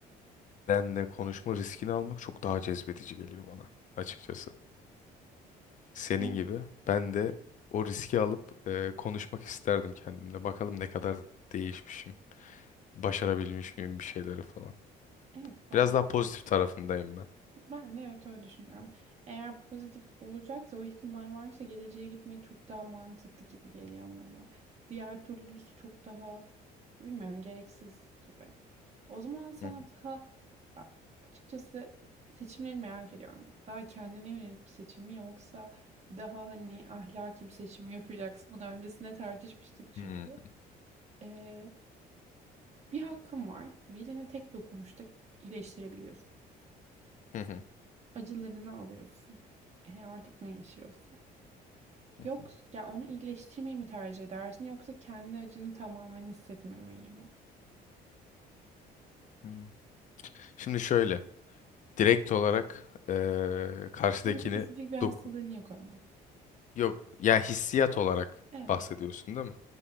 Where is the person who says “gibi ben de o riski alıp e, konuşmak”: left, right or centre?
Left